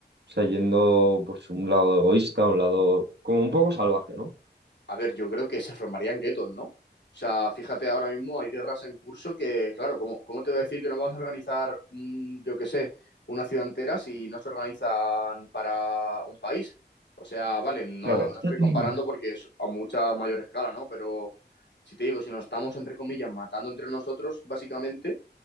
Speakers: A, on the right (about 70°); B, on the left (about 75°).
A: o sea, yendo pues un lado egoísta, un lado como un poco salvaje, ¿no?
B: A ver, yo creo que se formarían guetos, ¿no? O sea, fíjate, ahora mismo hay guerras en curso que, claro, ¿cómo, cómo te voy a decir que no vamos a organizar, un, yo qué sé, una ciudad entera si no se organizan para un país? O sea, vale, no,
A: Claro.
B: no estoy
A: <clears throat>
B: comparando porque es a mucha mayor escala, ¿no? Pero si te digo, si nos estamos, entre comillas, matando entre nosotros, básicamente,